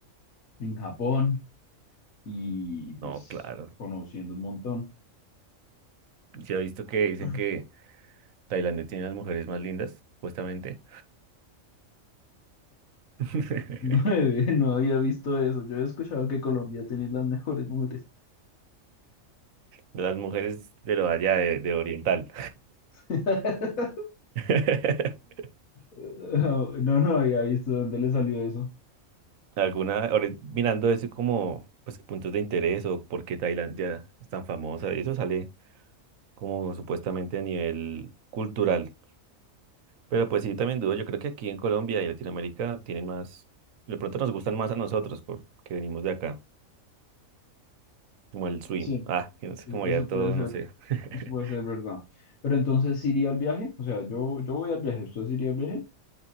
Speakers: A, on the left; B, on the right.
A: en Japón y
B: No,
A: pues
B: claro.
A: conociendo un montón.
B: Ya he visto que dicen
A: <laughs>
B: que Tailandia tiene las mujeres más lindas, supuestamente. <laughs>
A: No, había- no había visto eso. Yo he escuchado que Colombia tiene las mejores mujeres.
B: Las mujeres de allá de, de oriental.
A: <laughs>
B: <laughs>
A: No, no había visto dónde le salió eso.
B: Alguna, ahora mirando eso como pues puntos de interés o por qué Tailandia es tan famosa y eso sale como supuestamente a nivel cultural. Pero pues sí, también dudo, yo creo que aquí en Colombia y Latinoamérica tienen más, de pronto nos gustan más a nosotros porque venimos de acá. como el swim.
A: Sí,
B: Ah, y no sé, como
A: eso
B: ya todo,
A: puede ser,
B: no sé. <laughs>
A: eso puede ser verdad. Pero entonces, ¿sí iría al viaje? O sea, yo, yo voy al viaje. ¿Usted sí iría al viaje?